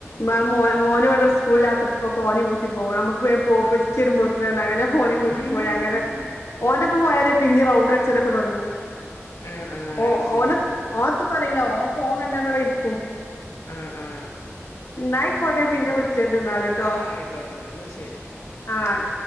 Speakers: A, on the left (about 65°); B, on the left (about 90°).
A: മ മോ മോന് വടെ സ്കൂളില്ലാത്തപ്പൊ ഓനീം കൂട്ടി പോകും നമുക്ക് വേം പോവാ ഇപ്പച്ചി വര്മ്പോത്തിന് പർഞ്ങ്ങാണ്ട് അങ്ങനെ ഓനേം
B: വരും
A: കൂട്ടി പോയി അങ്ങനെ ഓന്റെപ്പം പോയാരേ പിന്നീം റൌണ്ടടിച്ചലൊക്കെ തൊടങ്ങ്യേ
B: ആ ആ
A: ഓ
B: അത് ശരി
A: ഓനെ ഓനെത്തും പറീല ഓൻ ഫോൻ കണ്ടാണ്ടവ്ടെ ഇരിക്കും
B: ആഹ് ആഹ്
A: ന്നാ ആയിക്കോട്ടെ പിന്നെ വ്ൾച്ചണ്ട് ന്നാല്ട്ടോ
B: ആ ആയിക്കോട്ടെന്നാ എന്നാ എന്നാ ശരി
A: ആഹ്